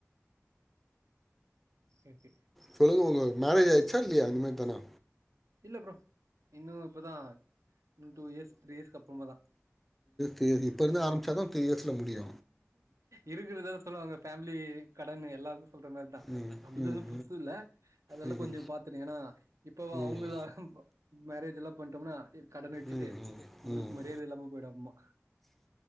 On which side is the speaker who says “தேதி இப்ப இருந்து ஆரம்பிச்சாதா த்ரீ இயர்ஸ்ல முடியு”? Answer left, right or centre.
Centre